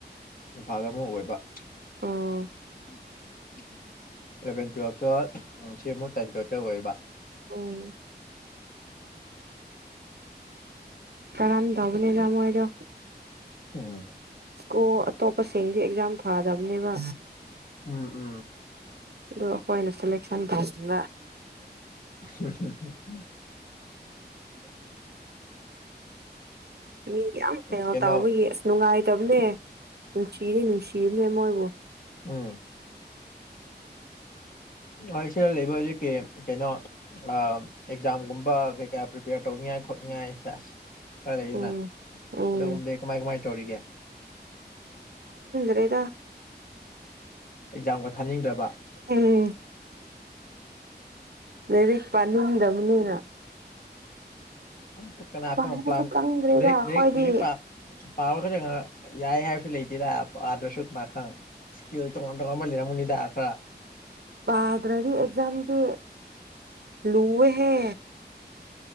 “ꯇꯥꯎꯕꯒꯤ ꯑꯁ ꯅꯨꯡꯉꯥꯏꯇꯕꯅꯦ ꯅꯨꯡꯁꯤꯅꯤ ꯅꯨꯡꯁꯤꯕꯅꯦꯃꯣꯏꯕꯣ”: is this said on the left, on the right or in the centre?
Right